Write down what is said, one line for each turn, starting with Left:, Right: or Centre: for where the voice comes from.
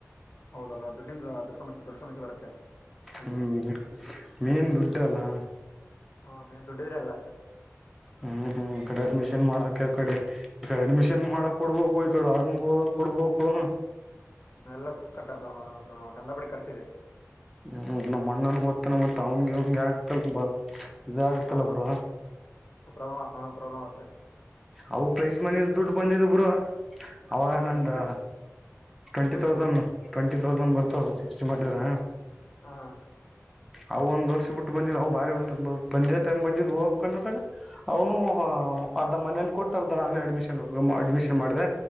Left: ಹೌದಲ್ಲ ದದುಡ್ಡಿಂದ ಸಮಸ್ಯೆ ದೊಡ್ಡ ಸಮಸ್ಯೆ ಬರುತ್ತೆ ಅಲ್ಲಿ
Centre: ಹ್ಮ್ ಮೀನ್ ದುಡ್ಡ ಅಲ್ಲಾ
Left: ಹ ಮೇನ್ ದುಡ್ಡಿದ್ರ ಅಲ್ಲ
Centre: ಹ ಕಡೆ ಅಡ್ಮಿಷನ್ ಮಾಡೋಕ್ಕೆ ಕಡೆ ಈ ಅಡ್ಮಿಷನ್ ಮಾಡಕ್ ಕೊಡ್ಬೇಕು ಈ ಕಡೆ ಅಂಗ ಹೋದಕ್ ಕೊಡ್ಬೇಕು
Left: ಎಲ್ಲ ಕಟ್ಟ ಕಂಡ ಪಟ್ಟ ಕರ್ತಿದೆ
Centre: ಹ್ಮ್ ನಮ್ಮ್ ಅಣ್ಣನ್ ಗೊತ್ತ ಮತ್ತ ಅವನ್ಿಗೆಗೆ ಆಗ್ಬೇಕಲ್ ಬಾ ಇದಾಗತ್ತಲ್ಲ
Left: ಹಾ
Centre: ಬರ
Left: ಪ್ರಾಬ್ಲಮ್ ಹಾ ಪ್ರಾಬ್ಲಮ್ ಆಗುತ್ತೆ
Centre: ಅವು ಪ್ರೈಜ್ ಮನಿ ದುಡ್ಡು ಬಂದಿದ ಬುರ ಅವಾಗ
Left: ಹಾ
Centre: ನಂದು
Left: ಎಷ್ಟು ಮಂದಿ
Centre: ಟ್ವೆಂಟಿ
Left: ಎಷ್ಟು ಮಂದಿ
Centre: ತೌಸಂಡ್
Left: ಅದು
Centre: ಟ್ವೆಂಟಿ ತೌಸಂಡ್ ಬರ್ತವಲ್ಲ ಸಿಕ್ಸ್ಟಿ ಮಾಡಿದರಾ
Left: ಹಾ ಹಾ
Centre: ಅವು ಒಂದ್ ವರ್ಷ ಬಿಟ್ಟು ಬಂದಿದ್ ಅವು ಬಾರಿ ಒಂದ ಬಂದೆ ಟೈಮ್ ಬಂದಿದ್ ಹೋಗ್ ಕನ್ನಾಗ ಅವನು ಅರ್ಧ ಮನೇಲಿ ಕೊಟ್ಟ ಅರ್ಧಾನೇ ಅಡ್ಮಿಷನ್ ಅಡ್ಮಿಷನ್ ಮಾಡಿದೆ